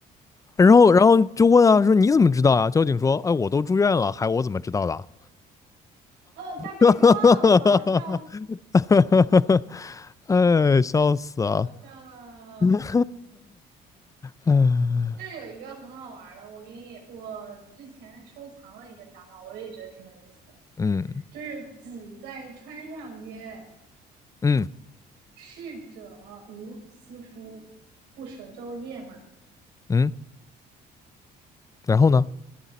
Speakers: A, on the left (about 20°); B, on the right (about 85°).
A: 然后，
B: 啊，
A: 然后就问啊，说你怎么知道啊？交警说，哎，我都住院了，还我怎么知道的啊？
B: 呃，哦他被撞了吗？
A: <laughs>
B: 笑死，
A: 哎，笑死啊！
B: 太搞笑了。
A: <laughs> 嗯
B: 就是有一个很好玩的，我给你，我之前收藏了一个笑话，我也觉得挺有意思的，
A: 嗯
B: 就是子在川上曰：
A: 嗯
B: “逝者如斯夫，不舍昼夜嘛。”
A: 嗯，然后呢？